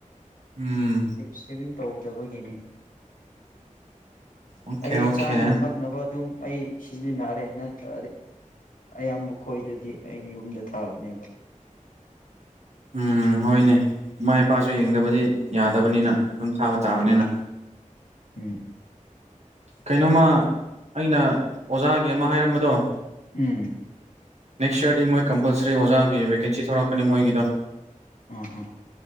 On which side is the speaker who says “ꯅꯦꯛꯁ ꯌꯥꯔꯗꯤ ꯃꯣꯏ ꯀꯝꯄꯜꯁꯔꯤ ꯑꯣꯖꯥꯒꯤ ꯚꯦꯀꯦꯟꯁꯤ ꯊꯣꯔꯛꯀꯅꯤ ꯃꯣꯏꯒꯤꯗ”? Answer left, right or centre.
Right